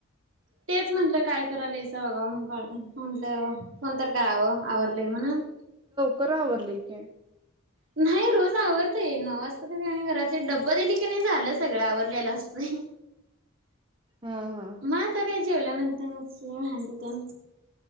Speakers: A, on the right (about 65°); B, on the right (about 25°).
A: तेच म्हंटलं काय करायलायास बघावं म्हणून कॉल म्हटलं फोन तर करावं आवरलंय म्हणून
B: कर आवरलंय की
A: नाही रोज आवरतय नऊ वाजता तर नी घरातले डब दिली की नाही झालं सगळ आवरलेलं असतय
B: हा हा
A: म आता काय जेवला नं त्या नंतरच भांडी तेन